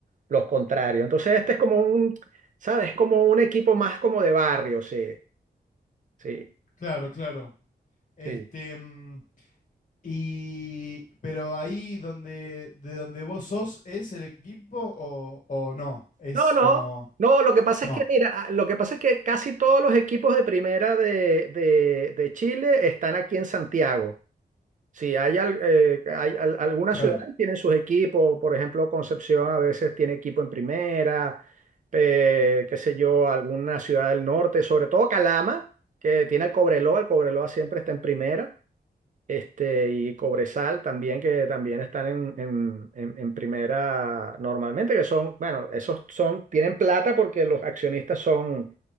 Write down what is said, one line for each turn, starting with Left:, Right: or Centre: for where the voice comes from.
Right: los contrarios. Entonces, este es como un, ¿sabes? Es como un equipo más como de barrio, sí, sí,
Left: claro, claro. Este,
Right: sí.
Left: mm, Y, pero ahí donde, de donde vos sos, ¿es el equipo o, o no? Es
Right: No, no,
Left: como,
Right: no, lo que pasa
Left: no,
Right: es que, mira, ah, lo que pasa es que casi todos los equipos de primera de, de de Chile están aquí en Santiago. Sí, hay, al- eh, hay al- algunas
Left: claro.
Right: ciudades tienen sus equipos, por ejemplo, Concepción a veces tiene equipo en primera, eh, qué sé yo, alguna ciudad del norte, sobre todo Calama, que tiene el Cobreloa, el Cobreloa siempre está en primera, este, y Cobresal también, que también están en, en- en- en primera normalmente, que son, bueno, esos son, tienen plata porque los accionistas son